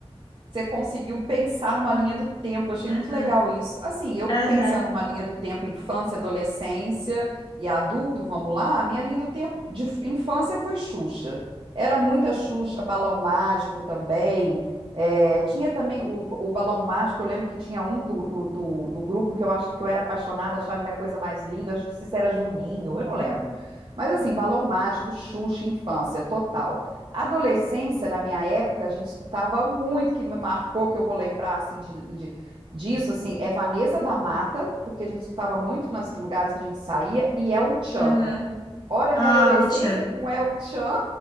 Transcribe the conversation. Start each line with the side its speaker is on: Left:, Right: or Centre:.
Right: Você conseguiu pensar numa linha do tempo, achei
Left: Aham.
Right: muito legal isso. Assim, eu
Left: Aham,
Right: pensando numa linha do tempo infância, adolescência e adulto, vamos lá, a minha linha do tempo de f- infância foi Xuxa. Era muita Xuxa, Balão Mágico também. É, tinha também o, o Balão Mágico, eu lembro que tinha um do, do, do- do grupo que eu acho que eu era apaixonada, achava ele a coisa mais linda, eu acho que se era Juninho, eu não lembro. Mas assim, Balão Mágico, Xuxa, infância, total. Adolescência, na minha época, a gente escutava muito que me marcou, que eu vou lembrar assim de, de- disso, assim, é Vanessa da Mata, porque a gente escutava muito nos lugares que a gente saía, e El Chan.
Left: aham.
Right: Olha,
Left: Ah,
Right: minha adolescência
Left: Utchan.
Right: com El Chan.